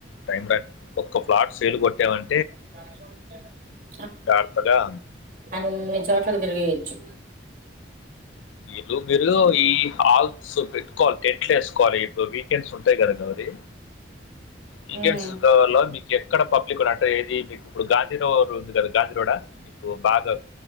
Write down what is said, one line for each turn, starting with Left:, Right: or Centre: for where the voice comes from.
Left: టైరాని ఒక్క ఫ్లాట్ సేల్ కొట్టామం
Right: ఇ వాలా అవ్వుద్ద
Left: జర్తగా
Right: అన్నీ చోట్లక్ తిరిగేయచ్చు
Left: లు మీరు ఈ హాల్స్ పెట్టుకోవాలి టెంట్లో ఎసుకోవాలి ఇప్పుడు వీకెండ్స్ ఉంట ఉంటై కాదండి మరి వీకెండ్స్
Right: ఉమ్
Left: కావాల ఎక్కడ పబ్లిక్ ఉన్నట్టటు ఏది మీకు ఇప్పుడు గాంధీరోఉంది కదా గాంధీరోోడ మీకు బాగా